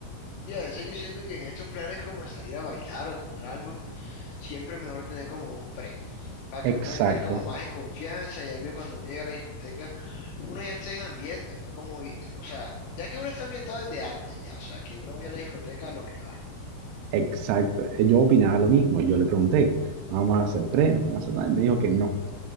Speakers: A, on the left; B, on the right.
A: Sí, a veces yo siento que en estos planes como de salir a bailar o tomar algo, siempre es mejor tener como un pre, para
B: Exacto,
A: que uno entre como más en confianza, ya que cuando uno llega a la discoteca, uno ya está en ambiente, no como, o sea, ya que uno está ambientado desde antes ya, o sea, que uno vaya a la discoteca a lo que va.
B: exacto. Yo opinaba lo mismo. Yo le pregunté, ¿no vamos a hacer pre? ¿No vamos a hacer nada? Y me dijo que no